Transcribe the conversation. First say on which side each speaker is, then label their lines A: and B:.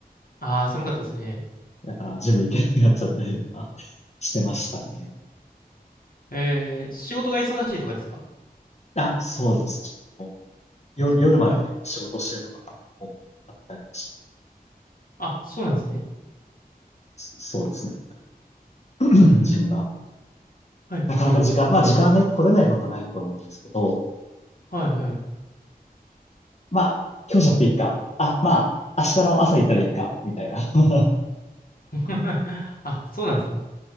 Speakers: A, on the left; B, on the left.
A: ああ、寒かったですね。
B: だからジム行けなくなっちゃったりとか <laughs> してましたね。
A: えー、仕事が忙しいとかですか
B: あ、そうです。夜、夜まで結構仕事してることが多かったりとかして
A: はい。あ、そうなんですね。
B: そうですね。<clears throat>
A: うー
B: ジムが。
A: ん。はい。
B: なかなか時間、まあ時間はね、取れないことはないと思うんですけど、
A: はい、はい。
B: まあ、今日じゃなくていいか。あ、まあ、明日の朝行ったらいいか、みたいな。<laughs>
A: <laughs> あ、そうなんですね。